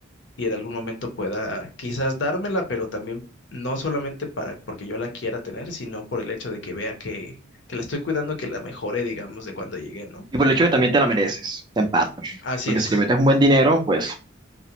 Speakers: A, on the left (about 60°); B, on the right (about 20°).
A: y en algún momento pueda quizás dármela, pero también no solamente para porque yo la quiera tener, sino por el hecho de que vea que, que la estoy cuidando, que la mejore, digamos, de cuando llegué, ¿no?
B: Y por el hecho que también te la mereces, en parte.
A: Así
B: Porque
A: es.
B: si le metes un buen dinero, pues...